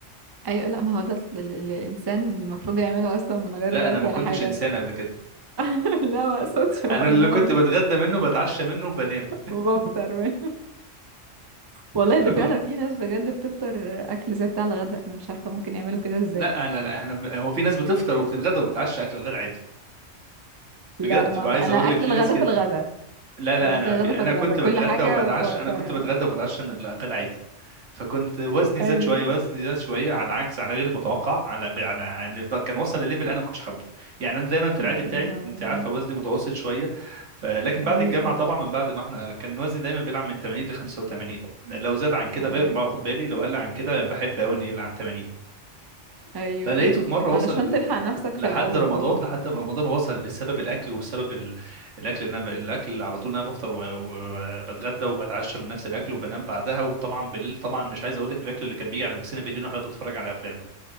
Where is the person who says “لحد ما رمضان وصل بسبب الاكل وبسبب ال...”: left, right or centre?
Right